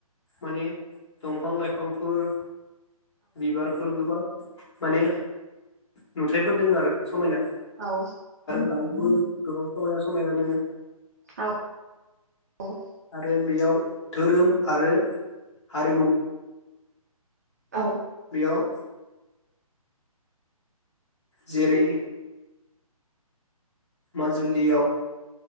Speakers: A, on the left; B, on the right.
A: माने दंफां लाइफां फोर। बिबारफोर गोबां। माने नुथायाइफोर दोङो आरो समायना।
B: औ।
A: दाउर गोबां समायना-समायना दोङो।
B: औ औ
A: आरो बेयाव धोरोम आरो हारिमु।
B: औ।
A: बेयाव। जेरै माजुलियाव